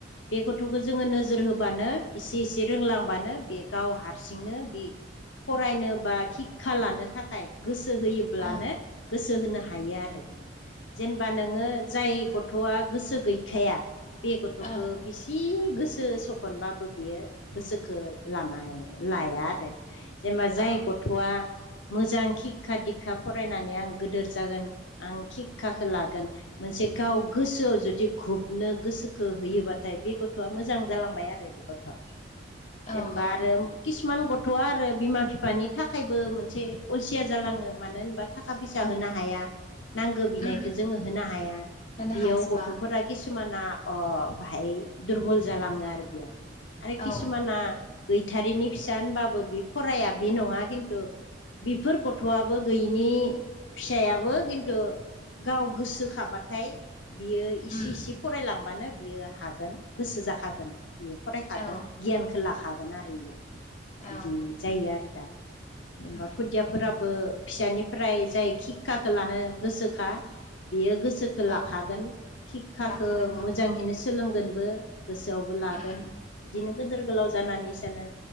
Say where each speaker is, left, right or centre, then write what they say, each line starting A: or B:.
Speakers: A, on the left (about 85°); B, on the left (about 40°).
A: बे गथ'खौ जोङो नोजोर होबानो एसे इसे रोंलांबानो बे गाव हारसिंनो बे फरायनोबा हिखा लानो थाखाय गोसो होयोब्लानो
B: ओ औ
A: गोसो होनो हायो आरो जेनेबा नोङो जाय ग थ'आ गोसो गैखाया बे गथ'खौ
B: ओ
A: बिसि गोसो ज खनबाबो बियो गोसोखौ लानाय लाया आरो जेनेबा जाय
B: औ
A: गथ'आ मोजां सिक्षा दिक्षा फरायनानै आं गोदोर जागोन आं खिक्षाखौ लागोन मोनसे गाव गोसोआव जुदि खुबनो गोसो खो होयोबाथाय बे गथ'आ मोजां जालांबाय आरो बे गथ'आ जेनबा
B: औ औ
A: आरो किसुमान गथ'आ आरो बिमा बिफानि थाखायबो मोन से अलसिया जालाङो मानो होनबा थाखा फैसा होनो हाया नांगौ बिनायखौ
B: उम
A: जोङो होनो हाया
B: होनो
A: बेयाव
B: हाजोबा
A: गथ'फोरा किसुमाना अ बाहाय दुरबल जालाङो आरो बेयाव आरो किसुमाना
B: औ
A: गैथारिनि फिसा होनबाबो बि फराया बि नङा खिन्थु बेफोर गथ'आबो गैयिनि फिसायाबो खिन्थु गाव गोसोखाबाथाय बियो इसे
B: उम
A: इसे फरायलांबानो बियो हा गोन गोसो जाखागोन बेयो फरायखागोन
B: औ
A: गियानखौ लाखागोन आरो बियो। बिदि
B: औ उम
A: जायो आरो दा जेनेबा
B: उम
A: बिदियाफोराबो फिसानिफ्राय जाय खिक्षाखौ लानो गोसोखा बियो गोसोखो लाखागोन।
B: औ
A: हिखाखो
B: लाखानांगौ
A: मोजांहैनो सोलोंगोनबो गोसोआवब लागोन
B: उम
A: इदिनो गोदोर गोलाव जानानै स नो